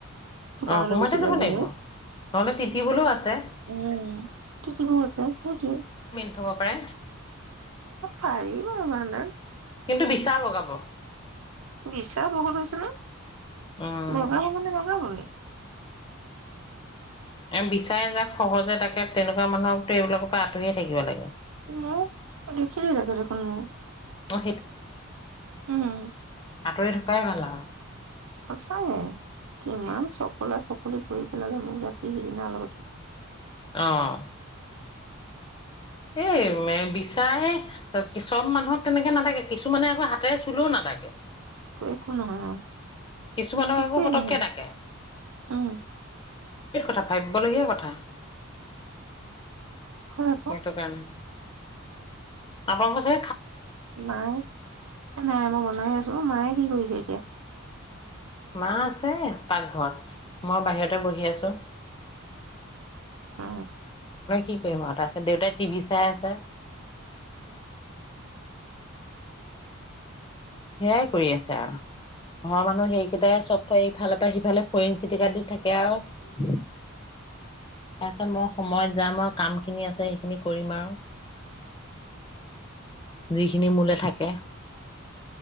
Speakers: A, on the right; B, on the left.
A: দোকানলৈ
B: অ সময়তে
A: গৈছিলো
B: যাব
A: আজি
B: লাগিব
A: মই
B: নহলে তিতিবলৈও আছে
A: উম সটো আছে সেইটো
B: হ'ব পাৰে।
A: আ পাৰিব মাদাৰ
B: কিন্তু বিচা বগাব
A: বিছা বহুত হৈছে ন
B: উম
A: বগাব মানে বগাবই
B: এ বিচায়ে যাক সহজে তাকে তেনেকুৱা মানুহকতো এইবিলাকৰ পৰা আঁতৰিয়ে থাকিব লাগে।
A: মোৰ দেখিলেই লাগে দেখোন মোৰ
B: অ
A: উম
B: আতৰি থকাই ভাল আ
A: সচাগে কিমান চকলা চকলি কৰি পেলালে মোক ৰাখি সেইদিনা লগতে
B: আহ এ ম বিশ চাই চব মানুহক তেনেকে নাথাকে কিছুমানে আকৌ হাতেৰে চুলো নাদাকে
A: একো নহয়
B: কিছুমানক
A: একোৱেই
B: আকৌ পতককে
A: নহয়
B: দাকে
A: উম
B: কথা ভাবিবলগীয়া কথা।
A: হয় আকৌ
B: এটো কাৰনে আগ আছে
A: মায়ে নাই মই বনাই আছো মায়ে। কি কৰিছে এতিয়া?
B: মা আছে পাকঘৰত মই বাহিৰতে বহি আছো।
A: উ
B: কি কৰিম আৰু তাৰ আছে দেউতাই টিভি চাই আছে। সেইয়াই কৰি আছে আৰু ঘৰৰ মানুহ সেইকেইটাই চব ইফালৰ পৰা সিফালে ফৰিং চিটিকা দি থাকে আৰু তাৰপিছত মই সময়ত যাম আৰু কাম খিনি আছে। সেইখিনি কৰিম আৰু যিখিনি মোলে থাকে।